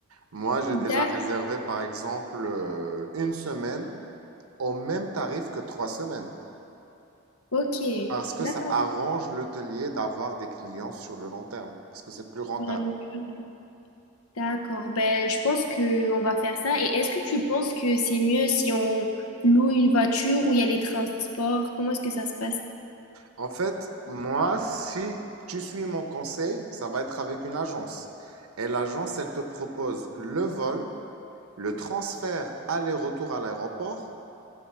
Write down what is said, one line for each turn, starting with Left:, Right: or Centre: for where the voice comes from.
Right: Moi, j'ai
Left: d'accord.
Right: déjà réservé par exemple euh, une semaine au même tarif que trois semaines
Left: Ok,
Right: parce que
Left: d'accord.
Right: ça arrange l'hôtelier d'avoir des clients sur le long terme parce que c'est plus rentable.
Left: Sur la longueur. D'accord, ben, je pense que on va faire ça. Et est-ce que tu penses que c'est mieux si on loue une voiture ou il y a les transports? Comment est-ce que ça se passe?
Right: En fait, moi, si tu suis mon conseil, ça va être avec une agence. Et l'agence, elle te propose le vol, le transfert aller-retour à l'aéroport,